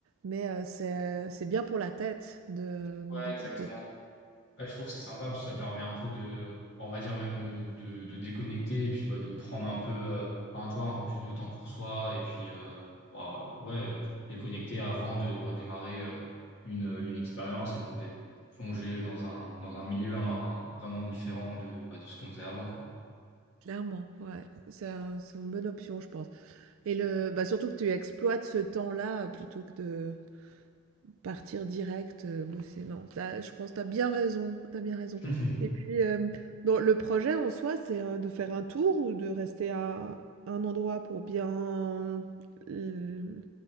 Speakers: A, on the right; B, on the left.
A: mais heu, c'est c'est bien pour la tête de de
B: Ouais, exactement.
A: couper.
B: Ouais, je trouve que c'est sympa parce que ça permet un peu de, on va dire même de, de, de déconnecter et puis bah, de prendre un peu, euh, un, tu vois, un peu plus de temps pour soi et puis, euh, bah, euh, ouais, euh, déconnecter avant de redémarrer euh, une, euh, une expérience et donc d'être plongé dans un, dans un milieu hein, vraiment différent de, bah, de ce qu'on faisait avant, quoi.
A: Clairement, ouais. C'est un c'est une bonne option, je pense et le bah, surtout que tu exploites ce temps-là plutôt que de partir direct, heu, bosser. Non, ça, je pense que tu as bien raison, t'as bien raison
B: <laughs>
A: et puis, hem, dans le projet en soi, c'est, heu, de faire un tour ou de rester à un endroit pour bien, l